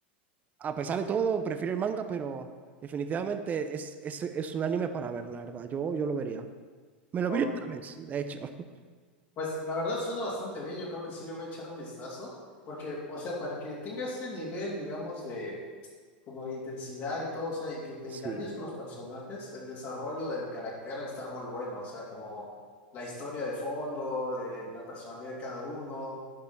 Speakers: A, on the right; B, on the left.
A: a pesar de todo, prefiero el manga, pero definitivamente es, es, es un anime para ver, la verdad. Yo, yo lo vería. Me lo
B: ok.
A: vi otra vez, de hecho. <laughs>
B: Pues la verdad suena bastante bien. Yo creo que sí le voy a echar un vistazo. Porque, o sea, para que tenga ese nivel, digamos, de como de intensidad y todo, o sea, y que te
A: Sí.
B: encariñes con los personajes, el desarrollo del carácter a estar muy bueno, o sea, como la historia de fondo, eh, la personalidad de cada uno.